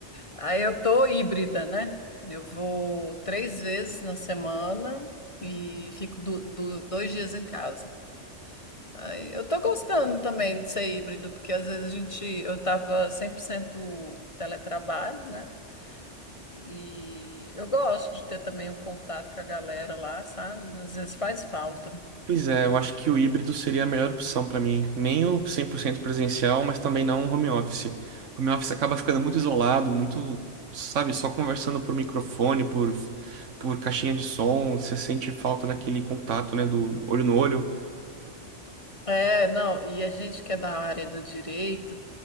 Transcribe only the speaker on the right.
Pois é, eu acho que o híbrido seria a melhor opção pra mim. Nem o 100% presencial, mas também não o home office. Home office acaba ficando muito isolado, muito, sabe, só conversando por microfone, por, por caixinha de som. Você sente falta daquele contato, né, do olho no olho.